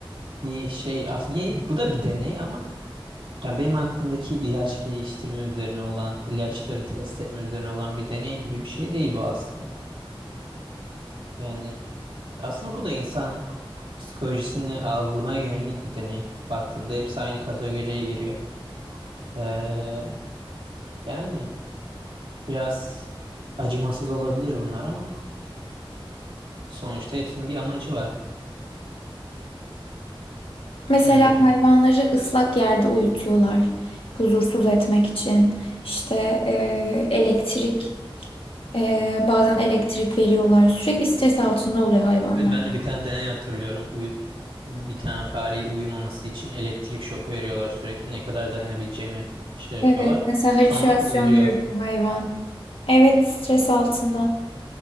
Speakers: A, on the right; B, on the left.
A: Bir şey aslında yeni- bu da bir deney ama yani benim aklımdaki ilaç geliştirme üzerine olan ilaçları test etme üzerine olan bir deney gibi bir şey değil bu aslında. Yani aslında bu da insan psikolojisini algılamaya yönelik bir deney. Baktığında hepsi aynı kategoriye giriyor. Ee, yani biraz acımasız olabilir bunlar ama sonuçta hepsinin bir amacı var
B: Mesela
A: bence.
B: hayvanları ıslak yerde uyutuyorlar huzursuz etmek için. İşte eee, elektrik, eee, bazen elektrik veriyorlar. Sürekli stres altında oluyor hayvanlar.
A: Evet, ben de bir tane deney hatırlıyorum. Uyu- bir tane fareyi uyumaması için elektrik şoku veriyorlar sürekli. Ne kadar dayanabileceğini şey yapıyorlar.
B: Evet, mesela halüsinasyon
A: Sonra ölüyor.
B: görür hayvan. Evet, stres altında.